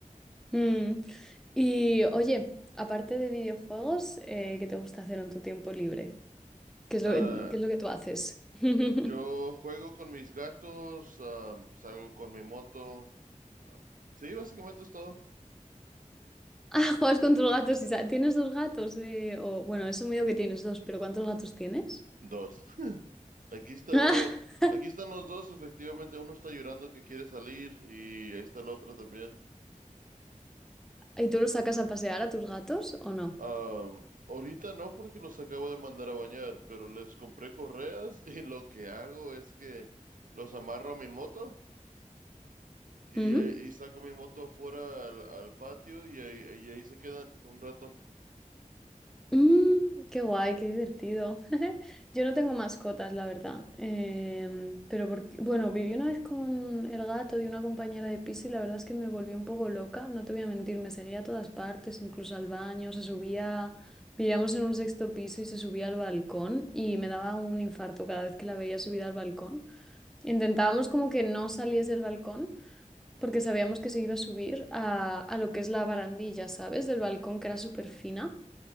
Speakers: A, in the centre; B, on the right.
A: Mm. Y oye, aparte de videojuegos, eh, ¿qué te gusta hacer en tu tiempo libre? ¿Qué es lo,
B: Ah,
A: qué es lo que tú haces? <laughs>
B: yo juego con mis gatos, am, salgo con mi moto. Sí, básicamente es todo.
A: Ah, juegas con tus gatos. y sa- ¿Tienes dos gatos? Eh, o, bueno, he asumido que tienes dos, pero ¿cuántos gatos tienes?
B: Dos. <laughs> Aquí está
A: <laughs>
B: uno, aquí están los dos, efectivamente uno está llorando que quiere salir y ahí está la otra también.
A: ¿Y tú los sacas a pasear a tus gatos o no?
B: Am, ahorita no porque los acabo de mandar a bañar, pero les compré correas <laughs> y lo que hago es que los amarro a mi moto y,
A: Ujú.
B: eh, y saco mi moto afuera al, al patio y ahí, y ahí se quedan un rato.
A: Mm, qué guay, qué divertido. <laughs> Yo no tengo mascotas, la verdad. Em, pero porque, bueno, viví una vez con el gato de una compañera de piso y la verdad es que me volvió un poco loca, no te voy a mentir, me seguía a todas partes, incluso al baño, se subía, vivíamos en un sexto piso y se subía al balcón y me daba un infarto cada vez que la veía subida al balcón. Intentábamos como que no saliese del balcón. porque sabíamos que se iba a subir a, a lo que es la barandilla, ¿sabes? Del balcón, que era súper fina.